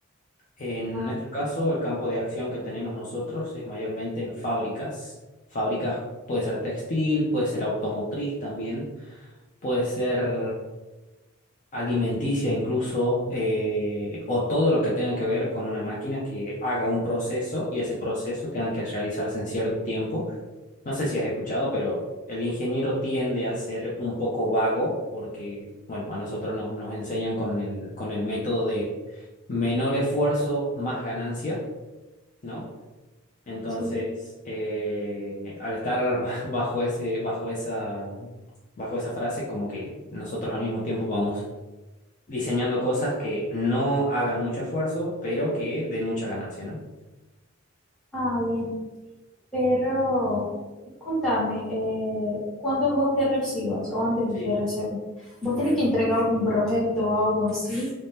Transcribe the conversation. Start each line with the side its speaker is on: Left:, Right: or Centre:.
Left: En
Centre: Ah,
Left: nuestro caso, el campo de acción que tenemos nosotros es mayormente en fábricas. Fábricas puede ser textil, puede ser automotriz también, puede ser alimenticia incluso, eh, o todo lo que tenga que ver con una máquina que haga un proceso y ese proceso tenga que realizarse en cierto tiempo. No sé si has escuchado, pero el ingeniero tiende a ser un poco vago porque, bueno, a nosotros nos, nos enseñan con el, con el método de menor esfuerzo, más ganancia, ¿no? Entonces,
Centre: sí,
Left: eh, al estar <laughs> bajo ese, bajo esa, bajo esa frase, como que nosotros al mismo tiempo vamos diseñando cosas que no hagan mucho esfuerzo, pero que den mucha ganancia, ¿no?
Centre: ah, bien. Pero contame, eh, ¿cuándo vos te recibas o antes
Left: Sí,
Centre: de que te recibas? ¿Vos tenés que entregar algún proyecto o algo así,